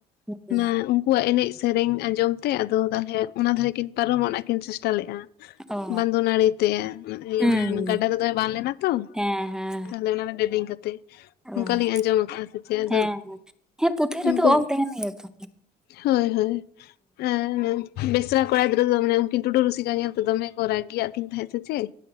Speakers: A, in the centre; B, on the left.
A: ᱦᱩᱸ
B: ᱚᱱᱟ ᱩᱱᱠᱩᱣᱟᱜ ᱮᱱᱮᱡ ᱥᱮᱨᱮᱧ ᱟᱸᱡᱚᱢ ᱛᱮ ᱟᱫᱚ ᱛᱟᱞᱦᱮ ᱚᱱᱟ ᱫᱮ <unintelligible> ᱠᱤᱱ ᱯᱟᱨᱚᱢᱚᱜᱼᱟ ᱠᱤᱱ ᱪᱮᱥᱴᱟ ᱞᱮᱫᱼᱟ᱾
A: ᱚ
B: ᱵᱟᱱᱫᱩ ᱱᱟᱹᱲᱤ ᱛᱮ ᱤᱭᱟᱹ
A: ᱦᱩᱸ
B: ᱢᱟᱱᱮ
A: ᱦᱩᱸ
B: ᱜᱟᱰᱟ ᱨᱚᱫᱚᱭ ᱵᱟᱱ ᱞᱮᱱᱟ ᱛᱚ᱾
A: ᱦᱮᱸ ᱦᱮᱸ
B: ᱛᱟᱦᱞᱮ ᱚᱱᱟᱨᱮ ᱰᱮᱰᱤᱝ ᱠᱟᱛᱮᱜ᱾
A: ᱚ
B: ᱚᱱᱠᱟᱞᱤᱧ ᱟᱸᱡᱚᱢ ᱟᱠᱟᱜᱼᱟ ᱥᱮ ᱪᱮᱫ ᱟᱫᱚ
A: ᱦᱮᱸ ᱦᱮᱸ ᱯᱩᱛᱷᱤ ᱨᱮᱫᱚ
B: ᱩᱱᱠᱩ
A: ᱚᱞ ᱛᱟᱦᱮᱱ ᱜᱮᱭᱟ ᱛᱚ
B: ᱦᱳᱭ ᱦᱳᱭ ᱟᱨ ᱵᱮᱥᱨᱟ ᱠᱚᱲᱟ ᱜᱤᱫᱽᱨᱟᱹ ᱫᱚ ᱢᱟᱱ ᱩᱱᱠᱤᱱ ᱴᱩᱰᱩ ᱨᱩᱥᱤᱠᱟ ᱧᱮᱞᱛᱮ ᱫᱚᱢᱮ ᱠᱚ ᱨᱟᱹᱜᱤᱭᱟᱜ ᱠᱤᱱ ᱛᱟᱦᱮᱸᱫ ᱥᱮ ᱪᱮᱫ